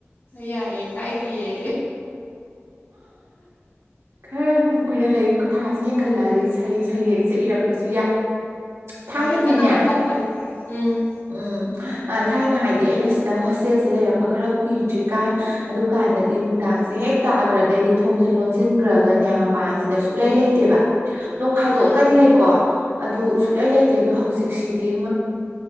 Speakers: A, on the left; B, on the right.
A: ꯌꯥꯏꯑ ꯀꯥꯏꯗꯤꯌꯦ
B: ꯈꯔ ꯀꯨꯏꯅ ꯂꯩ ꯀꯊ ꯌꯦꯡꯈꯠꯂꯛꯑꯗꯤ ꯁꯩꯔꯦꯡꯁꯦ ꯏꯔꯛꯄꯁꯨ ꯌꯥꯏ ꯊꯥꯏꯅꯗꯤꯅꯦ
A: ꯍꯣꯏ ꯑꯗꯣ ꯊꯣꯛꯄꯅꯦ ꯎꯝ
B: ꯎꯝ ꯊꯥꯏꯅ ꯍꯥꯏꯗꯤ ꯑꯩꯅ ꯁꯤꯗ ꯍꯣꯁꯇꯦꯜꯁꯦ ꯂꯩꯔꯛꯄ ꯈꯔ ꯀꯨꯏꯗ꯭ꯔꯤꯀꯥꯟ ꯑꯗꯨꯀꯥꯟꯗꯗꯤ ꯅꯨꯡꯗꯥꯡ ꯁꯦ ꯍꯦꯛ ꯇꯥꯈ꯭ꯔꯗꯩꯗꯤ ꯊꯣꯡꯁꯦ ꯂꯣꯟꯁꯤꯟꯈ꯭ꯔꯒꯅꯦ ꯃꯄꯥꯟꯁꯤꯗ ꯁꯨꯛꯂꯩ
A: ꯎꯝ
B: ꯂꯩꯇꯦꯕ ꯅꯣꯡ ꯐꯥꯗꯣꯛꯑꯀꯗꯤ
A: ꯑꯥ
B: ꯂꯩꯀꯣ ꯑꯗꯨ
A: ꯎꯝ
B: ꯁꯨꯛꯂꯩ ꯂꯩꯇꯦ ꯍꯧꯖꯤꯛꯁꯤꯗꯤ